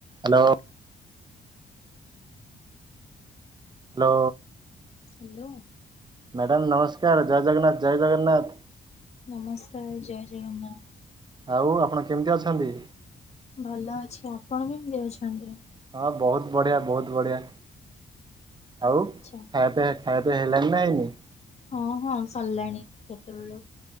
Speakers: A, on the right; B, on the left.
A: Hello. Hello.
B: Hello.
A: Madam ନମସ୍କାର୍ ଜୟ ଜଗନ୍ନାଥ, ଜୟ ଜଗନ୍ନାଥ।
B: ନମସ୍କାର୍ ଜୟ ଜଗନ୍ନାଥ।
A: ଆଉ ଆପଣ କେମିତି ଅଛନ୍ତି?
B: ଭଲ ଅଛି ଆପଣ କେମିତି ଅଛନ୍ତି?
A: ହଁ ବହୁତ ବଢ଼ିଆ ବହୁତ ବଢ଼ିଆ ଆଉ ଖାଇବା
B: ଆଚ୍ଛା
A: ଫେ-ଫେ ଖାଇବା ପିଇବା ହେଲଣି ନା ହେଇନି?
B: ହଁ ହଁ ସରିଲାଣି କେତେବେଳୁ।